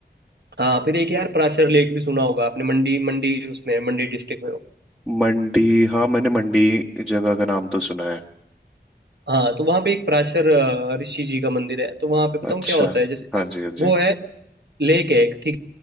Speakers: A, on the right; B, in the centre.
A: हाँ फिर एक यार प्राचर लेक भी सुना होगा आपने मंडी मंडी उसमें है, मंडी डिस्ट्रिक्ट में
B: मंडी हाँ मैंने मंडी जगह का नाम तो सुना है
A: हाँ तो वहाँ पे एक पराशर अ, ऋषि जी का मंदिर है तो वहाँ पे बताऊँ
B: अच्छा
A: क्या होता है जैसे
B: हाँ जी हाँ
A: वो
B: जी
A: है लेक है एक ठीक